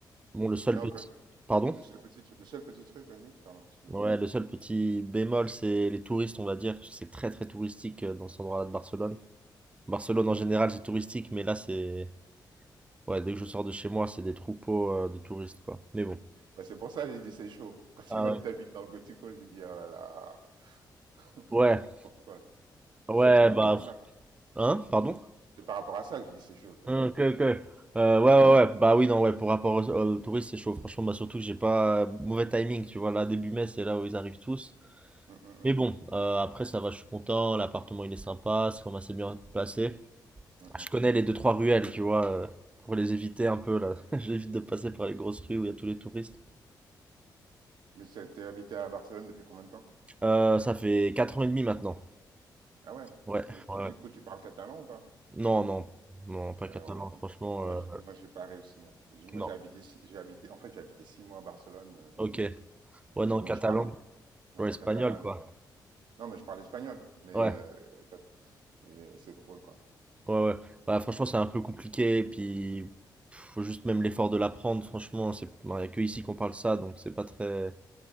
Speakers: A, on the right; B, on the right.
A: Bon, le seul
B: Non,
A: petit...
B: que-
A: Pardon?
B: le seul petit, tru- le seul petit truc, vas-y. Pardon, excuse-moi.
A: Ouais, le seul petit bémol, c'est les touristes, on va dire, parce que c'est très très touristique euh, dans cet endroit-là de Barcelone. Barcelone en général, c'est touristique, mais là, c'est... Ouais, dès que je sors de chez moi, c'est des troupeaux euh, de touristes, quoi. Mais bon.
B: Bah, c'est pour ça que j'ai dit c'est chaud. Quand tu
A: Ah
B: m'as
A: ouais.
B: dit t'habites dans le Gothico, j'ai dit, oh là là. <laughs>
A: Ouais,
B: Pourquoi tu
A: ouais,
B: vois? C'est par rapport
A: bah...
B: à ça.
A: Hein? Pardon?
B: C'est par rapport à ça que je dis c'est chaud, t'as
A: Hum,
B: vu?
A: Ok, ok. Euh, ouais,
B: Mmh,
A: ouais, ouais. Bah oui, non, ouais, pour rapport aux, aux touristes, c'est chaud. Franchement, bah surtout que j'ai pas... euh, Mauvais timing, tu vois, là, début mai, c'est là où ils arrivent tous.
B: mmh, mmh,
A: Mais
B: mmh,
A: bon, euh, après, ça va, je suis content. L'appartement, il est sympa, c'est quand même assez bien placé. Bah,
B: mmh, mmh.
A: Je
B: mmh.
A: connais les deux trois ruelles, tu vois, euh, pour les éviter un peu là. <laughs> J'évite de passer par les grosses rues où il y a tous les touristes.
B: Mais c'est- t'es habité à Barcelone depuis combien de temps?
A: Euh, ça fait 4 ans et demi maintenant.
B: Ah ouais?
A: Ouais,
B: Et,
A: ouais. ouais.
B: et du coup, tu parles catalan ou pas?
A: Non, non, non, pas
B: Ouais,
A: catalan,
B: voilà. Mais
A: franchement.
B: Moi,
A: euh,
B: j'ai- moi, j'ai pas réussi. hein. J'ai- Moi,
A: non,
B: j'ai habité, six- j'ai habité, en fait, j'ai habité six mois à Barcelone. euh, bon,
A: ok. Ouais,
B: mais
A: non,
B: bon,
A: catalan,
B: je parle, ouais,
A: ouais, espagnol,
B: catalan.
A: quoi.
B: Non, Non, mais je parle espagnol. Mais
A: Ouais,
B: euh, cat- et, euh, c'est drôle, quoi.
A: ouais, ouais. Bah, franchement, c'est un peu compliqué, puis pff, faut juste même l'effort de l'apprendre, franchement. C'est, bah, y a que ici qu'on parle ça, donc c'est pas très